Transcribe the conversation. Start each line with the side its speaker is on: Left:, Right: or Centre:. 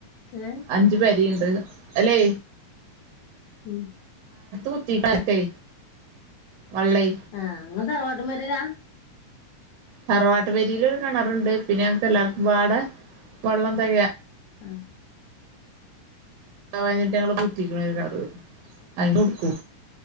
Left: ഭ- ഏ
Right: അഞ്ചു പരിയുണ്ട് അല്ലേ
Left: ഉം
Right: കുത്തിക്കാട്ടെ വള്ളേ
Left: ആഹ് നിങ്ങ തറവാട്ടു മേരേര
Right: തറവാട്ടുപേരിൽ ഒരു കെണറുണ്ട് പിന്നെ ഞക്ക് എല്ലാവർക്കും വാടെ വള്ളം തെകയാ
Left: ആഹ്
Right: വഴഞ്ഞിട്ട് ഞങ്ങള് കുത്തിക്കണ് ഒരു കെണറ് അയിന് കൊടുക്കൂ